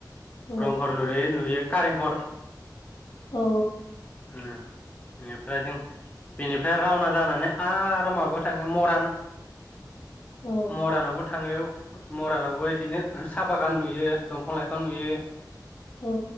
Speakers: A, on the left; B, on the left.
A: औ
B: रंघर नुयो नुयो कारेंघर
A: औ
B: उम एनिफ्राय जों बेनिफ्राय रावना जानानै आरो माबायाव थाङो मरान
A: औ
B: मरानावबो थांनायाव मरानावबो इदिनो साहा बागान नुयो दंफां लाइफां नुयो
A: औ